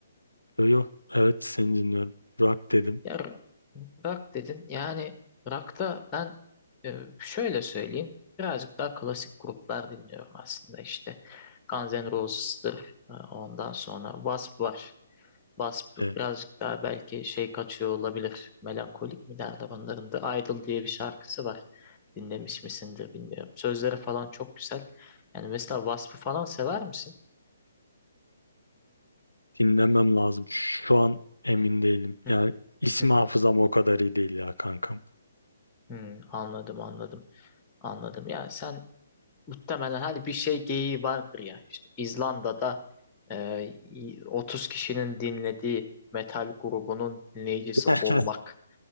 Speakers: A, on the left; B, on the left.
A: yo, yo. Evet seni dinliyorum. Rock dedim.
B: Ya r- rock dedin. Yani rock'ta ben e, şöyle söyleyeyim. Birazcık daha klasik gruplar dinliyorum aslında işte. Guns N' Roses'tır. E, Ondan sonra Wasp var. Wasp
A: E,
B: birazcık daha belki şey kaçıyor olabilir. Melankolik mi derler onların da. Idol diye bir şarkısı var. Dinlemiş misindir bilmiyorum. Sözleri falan çok güzel. Yani mesela Wasp'ı falan sever misin?
A: dinlemem lazım. Şu an emin değilim.
B: Hı
A: Yani
B: hı,
A: isim
B: hı hı.
A: hafızam o kadar iyi değil ya kankam.
B: Hmm, anladım anladım anladım. Ya sen Muhtemelen hani bir şey geyiği vardır ya. İşte İzlanda'da e, 30 kişinin dinlediği metal grubunun dinleyicisi
A: <laughs>
B: olmak.